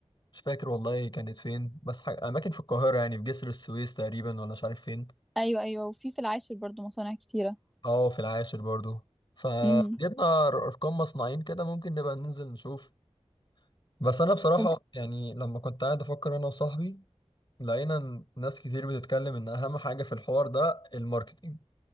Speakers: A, on the left; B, in the centre.
A: مش فاكر والله كانت فين بس حاجة اماكن في القاهرة يعني في جسر السويس تقريبا ولا مش عارف فين
B: ايوه ايوه وفي في العاشر برضو مصانع كتيره
A: اه في العاشر برضو فجبنا
B: امم
A: ر- ارقام مصنعين كده ممكن نبقى ننزل نشوف بس انا بصراحة
B: طب
A: يعني لما كنت قاعد افكر انا وصاحبي لقينا إن ناس كتير بتتكلم ان اهم حاجة في الحوار ده الماركتينج